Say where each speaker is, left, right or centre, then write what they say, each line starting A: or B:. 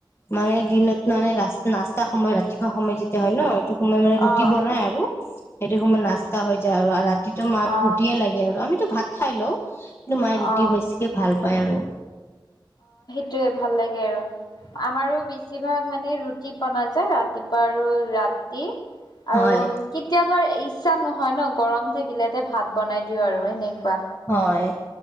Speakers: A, on the left; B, on the left.
A: মানে দিনত মানে ৰা নাস্তা সময় ৰাতিপুৱা সময় যেতিয়া হয় ন, সেইটো সময় মানে ৰুটি
B: অ
A: বনাই আৰু। সেইটো সময়ত নাস্তা হৈ যায় আৰু ৰাতিটো মাক
B: অ
A: ৰুটিয়ে লাগে আৰু আমিতো ভাত খাই লও কিন্তু মায়ে ৰুটি
B: অ
A: বেছিকে
B: অ।
A: ভাল পায় আৰু।
B: টোয়েই ভাল লাগে আৰু আমাৰো বেছিভাগ মানে ৰুটি বন যায় ৰা ৰাতিপুৱা আৰু ৰাতি। আৰু
A: হয়
B: কেতিয়াবা ইচ্ছা নহয় ন গৰম থাকিলে ভাত বনাই দিও আৰু সেনেকুৱা।
A: হয়।